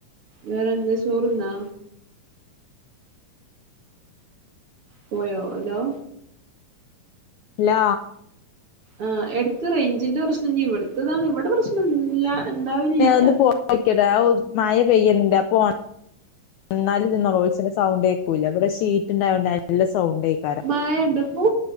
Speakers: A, on the right; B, on the left.
A: വേറെ എന്ത ചോറുന്നാ പോയോ ഹലോ
B: ഹലോ
A: ആഹ് എടുക്ക് റേഞ്ചിന്റെ പ്രശ്നം ഇഞ് ഇവിടുത്തതാണ് എവിടെ പ്രശ്ന ഇല്ല ഇണ്ടാവലില്ല
B: ഞ ഒന്ന് പോ വക്കടാ മായ പെയ്യണ്ട അപ്പൊ എന്നാലുത് ന്നൊലോചിന്റെ സൗണ്ട് ഏക്കൂല്ല ഇവിടെഷീറ്റ് ഉണ്ടായോണ്ട് നല്ല സൗണ്ട് ആക്കാ
A: മായ ഉണ്ട് പൂ